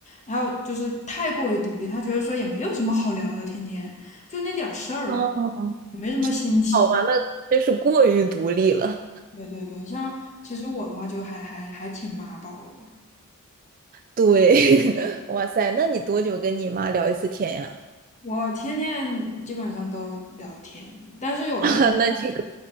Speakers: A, on the left; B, on the right.
A: 还有就是太过于独立，他觉得说也没有什么好聊的，天天就那点儿事儿，
B: 哦，
A: 也没什么新奇。
B: 好吧，那真是过于独立了。
A: 对对对，像其实我的话就还还还挺妈宝的，
B: 对，<laughs> 哇塞，那你多久跟你妈聊一次天呀？
A: 我天天基本上都聊天，但是有些时候
B: <laughs> 啊，那你个，